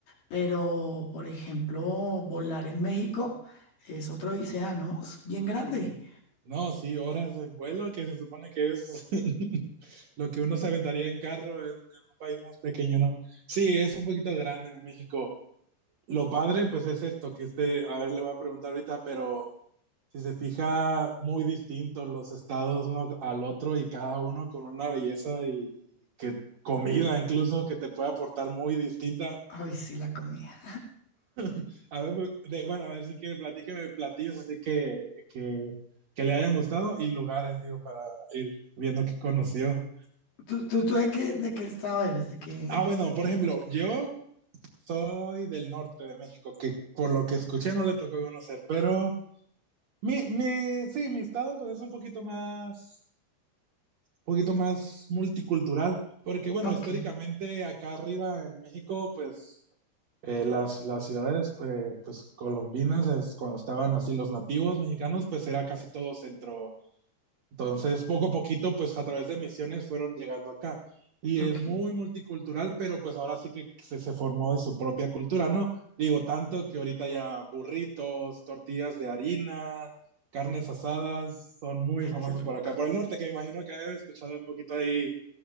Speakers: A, on the left; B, on the right.
A: Pero, por ejemplo, volar en México es otra odisea, ¿no? Es bien grande.
B: No, sí, horas de vuelo, que se supone que es <laughs> lo que uno se aventaría en carro en, en un país más pequeño, ¿no? Sí, es un poquito grande en México. Lo padre, pues es esto, que este, a ver, le voy a preguntar ahorita, pero... si se fija, muy distintos los estados uno al otro y cada uno con una belleza y, y que comida incluso que te puede aportar muy distinta.
A: Ay, sí, la comida.
B: <laughs> A ver, pues, de- bueno, a ver si quiere, platíqueme platillos así que, que, que le hayan gustado y lugares, digo, para ir viendo qué conoció.
A: ¿Tú, tú, tú de qué, de qué estado eres? ¿De qué,
B: Ah, bueno,
A: de
B: por
A: qué
B: ejemplo,
A: parte?
B: yo soy del norte de México, que por lo que escuché no le tocó conocer, pero mi, mi, sí, mi estado pues es un poquito más poquito más multicultural, porque bueno,
A: Ok,
B: históricamente acá arriba en México, pues eh, las, las ciudades pre- pues, colombinas, es, cuando estaban así los nativos mexicanos, pues era casi todo centro, entonces, poco a poquito, pues a través de misiones fueron llegando acá. Y es
A: ok.
B: muy multicultural, pero pues ahora sí que se, se formó de su propia cultura, ¿no? Digo, tanto que ahorita ya burritos, tortillas de harina, carnes asadas son muy
A: Ay,
B: famosos
A: qué rico.
B: por acá, por el norte, que me imagino que he escuchado un poquito ahí,